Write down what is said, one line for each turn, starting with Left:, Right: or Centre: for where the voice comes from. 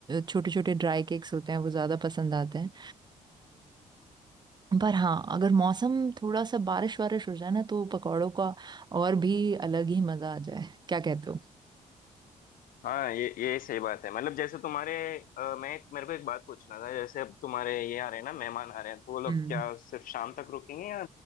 Right: छोटे छोटे ड्राई केक्स होते हैं वो ज़्यादा पसंद आते हैं पर हाँ अगर मौसम थोड़ा सा बारिश वारिश हो जाए ना तो पकौड़ों का और भी अलग ही मजा आ जाए क्या कहते हो
Left: हाँ ये ये सही बात है मतलब जैसे तुम्हारे अ, मैं एक मेरे को एक बात पूछना था जैसे अब तुम्हारे ये आ रहे हैं ना मेहमान आ रहे हैं तो वो लोग
Right: हम्म
Left: क्या सिर्फ शाम तक रुकेंगे या